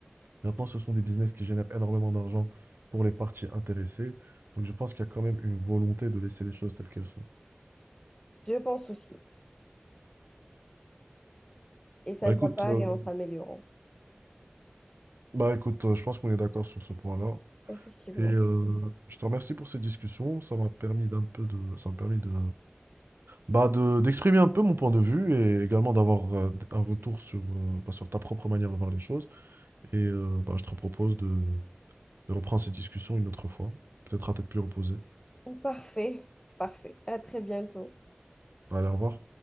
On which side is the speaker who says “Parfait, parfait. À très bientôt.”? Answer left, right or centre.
Left